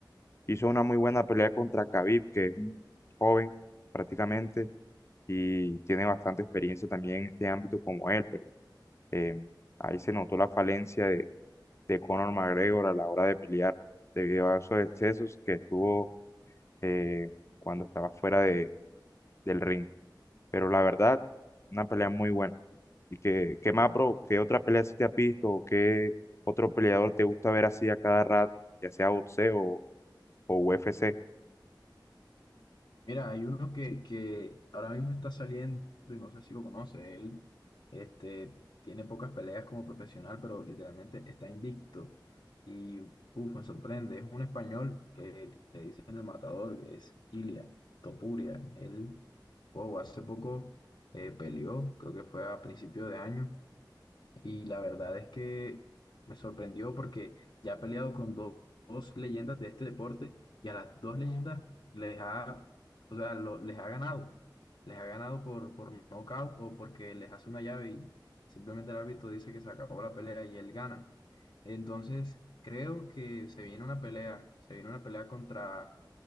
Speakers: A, on the left; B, on the left.
A: hizo una muy buena pelea contra Khabib, que es un joven prácticamente y tiene bastante experiencia también en este ámbito como él, pero eh, ahí se notó la falencia de, de Conor McGregor a la hora de pelear debido a esos excesos que estuvo eh, cuando estaba fuera de, del ring. Pero la verdad, una pelea muy buena. ¿Y qué qué más, bro? ¿Qué otra pelea si te has visto? ¿O qué otro peleador te gusta ver así a cada rato, ya sea boxeo o o UFC?
B: Mira, hay uno que, que ahora mismo está saliendo y no sé si lo conoce. Él este, tiene pocas peleas como profesional, pero literalmente está invicto. Y uff, me sorprende. Es un español que le dicen el matador, que es Ilia Topuria. Él, wow, hace poco eh, peleó, creo que fue a principio de año. Y la verdad es que me sorprendió porque ya ha peleado con do- dos leyendas de este deporte y a las dos leyendas les ha, o sea, lo- les ha ganado. Les ha ganado por, por nocaut o porque les hace una llave y simplemente el árbitro dice que se acabó la pelea y él gana. Entonces, creo que se viene una pelea, se viene una pelea contra